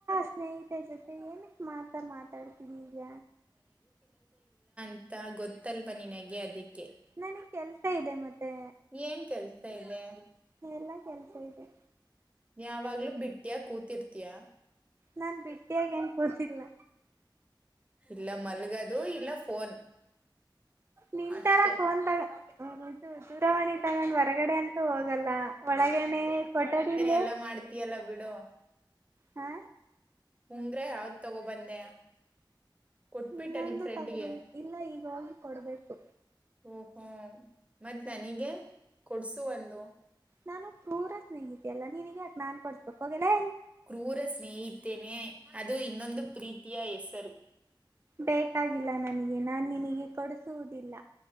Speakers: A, on the right; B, on the right.
A: ಸ್ನೇಹಿತೆ ಜೊತೆ ಏನಕ್ ಮಾತಾ ಮಾತಾಡ್ತನಿ ಈಗ
B: ಗೊತ್ತ ಗೊತ್ತಲ್ವಾ ನಿನಗೆ ಅದಕ್ಕೆ
A: ನನಗ್ ಕೆಲ್ಸ ಇದೆ ಮತ್ತೆ
B: ಏನ್ ಕೆಲ್ಸ ಲೇ
A: ಎಲ್ಲಾ ಕೆಲ್ಸ ಇದೆ
B: ಯಾವಾಗ್ಲೂ ಬಿಟ್ಟ್ಯಾ ಕೂತ್ ತಿೀರ್ತಯಾ
A: ನಾನ್ ಬಿಟ್ಟಿಯಾಗ ಏನ್ ಕೋಸಿಲ್ಲ
B: ಇಲ್ಲ ಮಲ್ಗದು ಇಲ್ಲ ಫೋನ್
A: ನಿನ್ಂತರ
B: ಅಷ್ಟೆ
A: ಫೋನ್ ತಗ ದೂರವಾಣಿ ತಗೊಂಡ್ ಹೊರಗಡೆ ಅಂತೂ ಹೋಗಲ್ಲ ಒಳಗನೆ ಕೊಠಡಲ್ಲ
B: ಎಲ್ಲ ಮಾಡ್ತಿಯಲ್ಲ ಬಿಡು
A: ಹಾ
B: ಉಂಗ್ರ ಯಾವ್ದ್ ತಗೋಬಂದೆ ಕೊಟ್ಬಿಟ್ಟ
A: ಇನ್ನೊಂದು
B: ನಿಮ್ ಫ್ರೆಂಡ್ಗೆ
A: ತಗೊಬಂದ ಇಲ್ಲ ಈಗ ಹೋಗಿ ಕೊಡ್ಬೇಕು
B: ಓಹೋ ಮತ್ತೆ ನನಗೆ ಕೊಡ್ಸು ಒಂದು
A: ನಾನು ಕ್ರೂರ ಸ್ನೇಹಿತೆ ಅಲ್ಲ ನಿನಗೆ ಯಾಕೆ ನಾನ್ ಕೊಡ್ಸ್ಬೇಕು ಹೋಗಲೇ
B: ಕ್ರೂರ ಸ್ನೇಹಿತೇನೆ ಅದೇ ಇದು ಇನ್ನೊಂದು ಪ್ರೀತಿಯ ಹೆಸರು
A: ಬೇಕಾಗಿಲ್ಲ ನನಗೆ ನಾನ್ು ನಿನಗೆ ಕೊಡಿಸುವುದಿಲ್ಲ